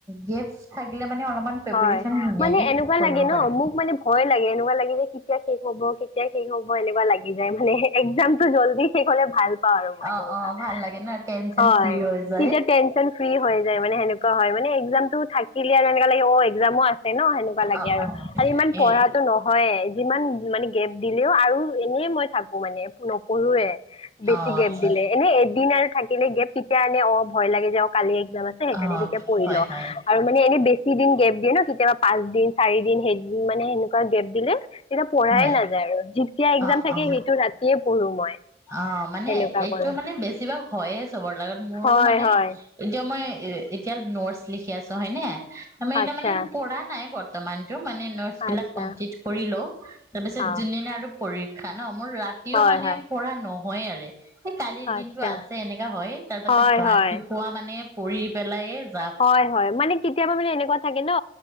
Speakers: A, on the right (about 20°); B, on the left (about 30°).
A: গিফ্ট থাকিলে মানে অলপমান প্ৰিপেৰেচন
B: হয়,
A: ধুনীয়াকে
B: মানে এনেকুৱা
A: কৰিব
B: লাগে ন
A: পাৰিম
B: ', মোক মানে ভয় লাগে এনেকুৱা লাগে যে কেতিয়া শেষ হব কে, কেতিয়া শেষ হব। মোৰ এনেকুৱা লাগি যায় মানে একজামতো জল্দি শেষ হ'লে ভাল পাও আৰু মই
A: অ
B: সেনেকুৱা।
A: অ ভাল লাগে ন টেনচন
B: হয়,
A: ফ্ৰী হৈ যায়
B: তেতিয়া তেনচন ফ্ৰী হয় যায় মানে সেনেকুৱা হয় মানে একজামতো থাকিলে, মোৰ একযাম আছে ন', সনেকুৱা লাগে
A: অ অ
B: আৰু ইমান পঢ়াটো
A: এ
B: নহয়ে, যিমান, মানে গেপ দিলেও আৰু এনেই মই থাকো মানে নপঢ়োৱে। বেছি
A: অ
B: গেপ
A: আচ্ছা
B: দিলে এনে একদিন আৰ, থাকিলে গেপ তেতিয়া এনে অ ', ভয় লাগে যে অ ', কালি একজাম আছে সেইকাৰণে
A: অ
B: তেতিয়া পঢ়ি
A: হয়
B: লও,
A: হয়
B: আৰু মানে এনে বেছি, দিন গেপ দিয়ে ন', কেতিয়াবা পাঁচ দিন চাৰি দিন সেইদিন মানে সেনেকুৱা গেপ দিলে, তেতিয়া পঢ়াই
A: হয়
B: নাযায় আৰু যেতিয়া এক্জাম
A: অ
B: থাকে
A: অ
B: সেইটো ৰাতিয়ে পঢ়ো মই।
A: অ ', মানে
B: সেনেকুৱা
A: এইটো
B: কৰো
A: মানে বেছিভাগ হয়য়ে চবৰে লগত মোৰো
B: হয়
A: মানে
B: হয়
A: এতিয়া মই, এ ', এতিয়া নটচ লিখি আছ হয়নে? আমি
B: আচ্ছা
A: তাৰমানে পঢ়া নাই বত, তমান - মানে নটচ
B: আচ্ছা
A: বিলাক কমপ্লিট কৰি লও, তাৰপিছত
B: অ'
A: যোনদিনা আৰু প, খানা, মোৰ ৰাতিও
B: হয়
A: মানে,
B: হয়
A: নহৈয়েৰে। এই কালিৰ দিনতটো
B: আচ্ছা
A: আছে এনেকা হয়, তাৰ পাছত
B: হয়
A: ৰাতিপুৱা
B: হয়
A: মানে, পঢ়ি পেলাই এ ',-
B: হয় -হয় মানে কেতিয়াবা মানে এনেকুৱা -নেকুৱা থাকে ন',